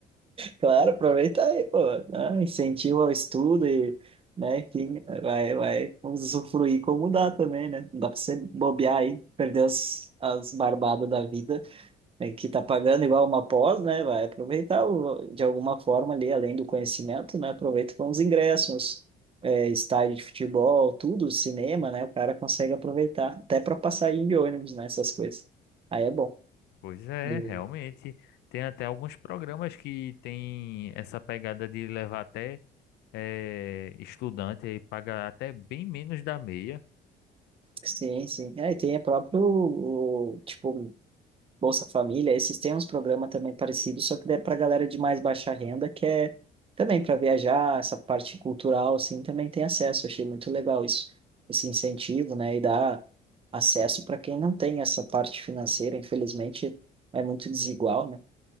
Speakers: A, on the right; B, on the left.
A: Claro, aproveita aí, pô, né? Incentiva o estudo e, né, quem vai, vai usufruir como dá também, né? Não dá pra você bobear aí, perder as, as barbadas da vida, né, que tá pagando igual uma pós, né? Vai aproveitar o- de alguma forma ali, além do conhecimento, né? Aproveita com os ingressos, é, estádio de futebol, tudo, cinema, né? O cara consegue aproveitar, até para passagem de ônibus, né? Essas coisas. Aí é bom.
B: Pois é,
A: E-
B: realmente. Tem até alguns programas que tem essa pegada de levar até eh, estudante e paga até bem menos da meia.
A: Sim, sim. É, e tem a próprio, o, tipo, Bolsa Família, esses têm uns programas também parecidos, só que é para galera de mais baixa renda, que é também para viajar, essa parte cultural, assim, também tem acesso. Eu Achei muito legal isso, esse incentivo, né? E dá acesso para quem não tem essa parte financeira, infelizmente é muito desigual, né?